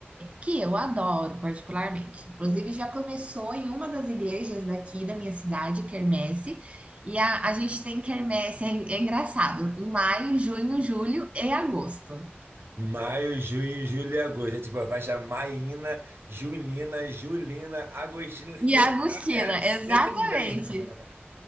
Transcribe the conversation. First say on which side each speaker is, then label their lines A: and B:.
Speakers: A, on the right; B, on the right.
A: que eu adoro particularmente. Inclusive já começou em uma das igrejas daqui da minha cidade, quermesse, e a, a gente tem quermesse, é, en- é engraçado, em maio, junho, julho e agosto.
B: Maio, junho, julho e agosto. É tipo a faixa maína, junina, julina, agostina. Se
A: E
B: deixar,
A: a Agostina,
B: é setembrinho.
A: exatamente.
B: <laughs>